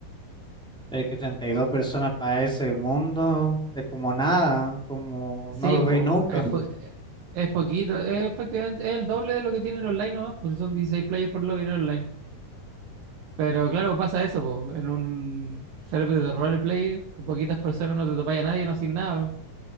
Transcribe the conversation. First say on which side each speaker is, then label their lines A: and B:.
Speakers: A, in the centre; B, on the right (about 75°).
A: Pero que 32 personas para ese mundo es como nada, como
B: Sí,
A: no lo
B: pues,
A: veis nunca.
B: es, po- es poquito, es prácticamente es el doble de lo que tiene el online nomás, pues si son 16 players por lobby en el online. Pero claro, pasa eso, pues, en un server de roleplay con poquitas personas no te topáis a nadie, no haces nada.